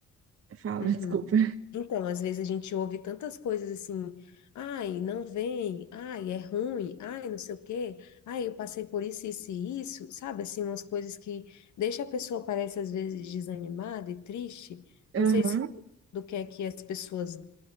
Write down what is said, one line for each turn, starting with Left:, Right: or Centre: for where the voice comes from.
Right: fala,
Left: Uhum.
Right: <laughs> desculpa.
Left: Então, às vezes a gente ouve tantas coisas assim, ai, não vem, ai, é ruim, ai, não sei o quê, ai, eu passei por isso, isso e isso, sabe? Assim, umas coisas que deixa a pessoa, parece, às vezes, desanimada e triste. Não
Right: Aham,
Left: sei se do que é que as pessoas